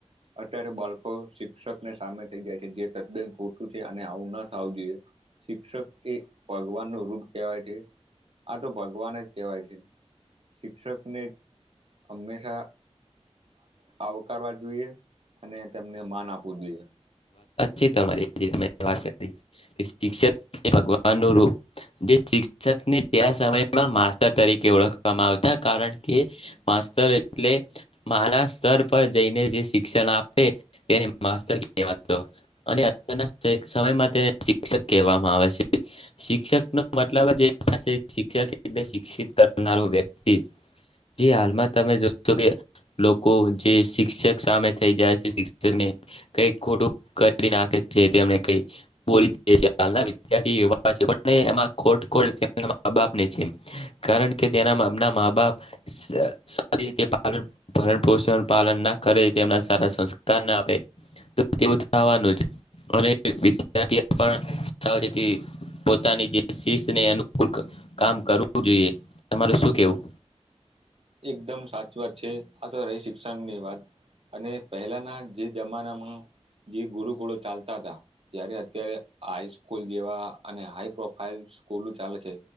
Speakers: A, on the right (about 55°); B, on the left (about 55°).
A: અત્યારે બાળકો શિક્ષકને સામે થઈ જાય છે જે તદ્દન ખોટું છે અને આવું ના થું જોઈએ શિક્ષક એ ભગવાન નું રૂપ કહેવાય છે આ તો ભગવાન જ કહેવાય છે શિક્ષકને હંમેશા આવકારવા જોઈએ અને તેમને માન આપવું જોઈએ.
B: જે તમારી <unintelligible> વા કરી શિક્ષક એ ભગવાન નું રૂપ જે શિક્ષ શિક્ષકને સતમયમાં માસ્ટર તરીકે ઓળખવામાં આવતા કારણ કે માસ્ટર એટલે માના સ્તર પર જઈને જે શિક્ષણ આપ અને માસ્ટર કહેવાતું અને અત્યારના સમયમાં તેને શિક્ષક કહેવાય આવે શિક્ષક ન મતલબ જ શિક્ષક એ શિક્ષિત કરનારું વ્યક્તિ જે હાલમાં તમે જોશો કે લોકો જે શિક્ષક સામે થ જાય છે શિક્ષને કઈ ખોટું કરી નાખે છેને કઈ બોલી છે આજના વિદ્યાર્થી એવા છે જેમાં ખોટ કોની છે માં બાપની છે કારણ કે તે ના મા બાપને એમના મા બાપ સારી રીતે ભરણ પોષણ પાલન ના કરે તેમના સંસ્કાર ના આપે તેવું થવાનું જ અને વિદ્યાર્થી પણ છે પોતાની શને અનુકૂલાકામ કરવું જોઈએ તમારે શું કેવું
A: એકદમ સાચી વાત છે આ તો રહી શિક્ષણ ની વાત અને પહેલાના જે જમાનામાં જે ગુરુકુળો ચાલતા હતા જ્યારે અત્યારે હાઈસ્કૂલ જેવા અને હાઈ પ્રોફાઈલ સ્કૂલ ચાલે છે